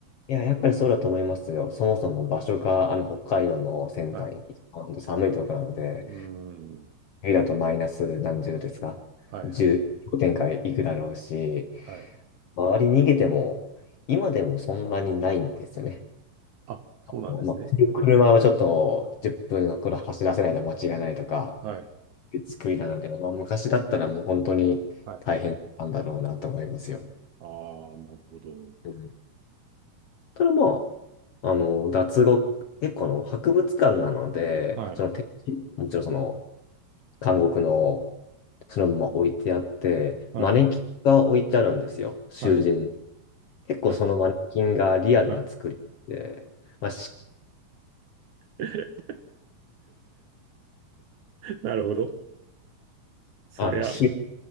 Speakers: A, on the left; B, on the right.
A: いや、やっぱりそうだと思いますよ。そもそも場所があの北海道の先端、
B: はい。
A: 本当寒いところなので、
B: うーん。
A: 冬だとマイナス何十度ですか十0氷点下いくだろうし、
B: はいはい。はい。
A: 周り逃げても、今でもそんなにないんですよね。
B: あ、そうなんですね。
A: まあ、車をちょっと10分の頃走らせないと間違いないとか
B: はい。
A: いう作りなので、まあ、昔だったらもう本当に大変なんだろうなと思いますよ。
B: はい。ああ、なるほど。
A: うんただまあ、あの、脱獄、結構あの博物館なので、
B: はい。
A: その展示、もちろんその監獄のそのまま置いてあって、
B: はい。
A: マネキンが置いてあるんですよ、囚人。
B: はい。
A: 結構そのマネキンがリアルな作りで、
B: はい。はい。
A: まあ
B: <laughs> なるほど。そりゃ、
A: あの、修